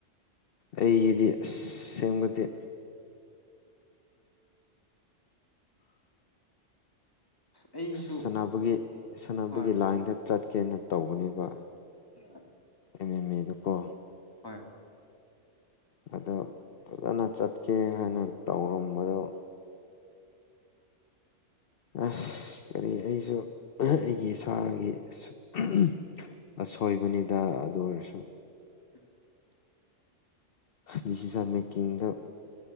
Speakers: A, on the left (about 55°); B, on the left (about 20°).
A: ꯑꯩꯒꯤꯗꯤ ꯑꯁ ꯁꯦꯡꯕꯗꯤ
B: ꯑꯩꯁꯨ
A: ꯑꯁ ꯁꯥꯟꯅꯕꯒꯤ ꯁꯥꯟꯅꯕꯒꯤ
B: ꯍꯣꯏ
A: ꯂꯥꯏꯟꯗ ꯆꯠꯀꯦꯅ ꯇꯧꯕꯅꯦꯕꯥ
B: <unintelligible>
A: <unintelligible> ꯀꯣ
B: ꯍꯣꯏ ꯍꯣꯏ
A: ꯑꯗꯣ ꯐꯖꯅ ꯆꯠꯀꯦ ꯍꯥꯏꯅ ꯇꯧꯔꯝꯕꯗꯣ ꯑꯁ ꯀꯔꯤ ꯑꯩꯁꯨ ꯑꯩꯒꯤ ꯏꯁꯥꯒꯤ <unintelligible> ꯁꯣꯏꯕꯅꯤꯗ ꯑꯗꯨ ꯑꯣꯏꯔꯁꯨꯨ
B: ꯎꯝ
A: ꯗꯤꯁꯤꯖꯟ ꯃꯦꯀꯤꯡꯗ